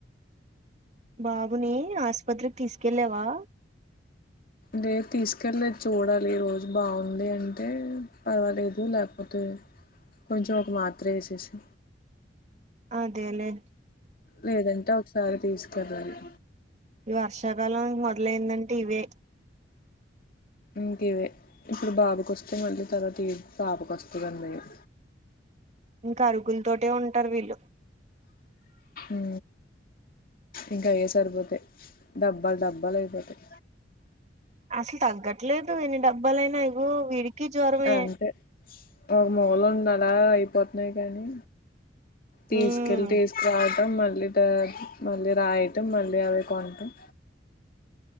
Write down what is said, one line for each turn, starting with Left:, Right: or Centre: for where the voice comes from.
Right: బాబుని ఆస్పత్రికి తీసుకెళ్ళావా
Left: లేదు తీసుకెళ్లేదు చూడాలి ఈ రోజు బాగుంది అంటే పర్వాలేదు లేకపోతే కొంచెం ఒక మాత్ర వసేసి
Right: అదేలేే
Left: లేదంటే ఒకసారి తీసుకెళ్ళాలి
Right: ఈ వర్షాకాలం మొదలైందంటే ఇవే
Left: ఇంకవే ఇప్పుడు బాబుకొస్తే మళ్ళీ తర్వాత పాపకు వస్తుంది అన్ని భయం
Right: ఇంకా ఆరుకులు తోటే ఉంటారు వీళ్ళు
Left: ఉ ఇంకా అవే సరిపోతాయి డబ్బాలు డబ్బాలు అయిపోతాయి
Right: అసలు తగ్గట్లేదు ఎన్ని డబ్బాలయినా ఎగో వీడికి జ్వరమే
Left: అంతే ఒక మూలం ఉంది అలా అయిపోతున్నాయి కానీ తీసుకెళ్లి
Right: ఉమ్
Left: తీసుకురావడం మళ్ళీ మళ్ళీ రాయటం మళ్ళీ అవి కొనం